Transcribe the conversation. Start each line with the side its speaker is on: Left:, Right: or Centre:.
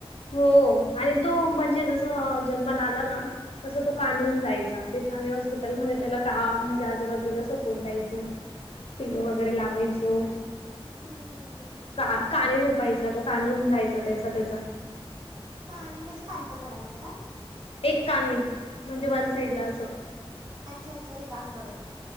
Left: हो
Right: हम्म.
Left: आणि तो म्हणजे जस जन्माला आला ना तस तो कानवून जायचा. तिथं आम्ही हॉस्पिटलमध्ये त्याला काम म्हणजे आजूबाजूला सपोर्ट द्यायचो. पिलो वगैरे लावायचो.
Right: हम्म हम् हम् हम्.
Left: का -काने झोपायचं तो काने होऊन जायचा त्याचा त्याचा.
Right: कानी म्हणजे पालता पडायचं का?
Left: एक कानी म्हणजे वन साईड ला असं.
Right: अच्छा अच्छा एक अंगावर.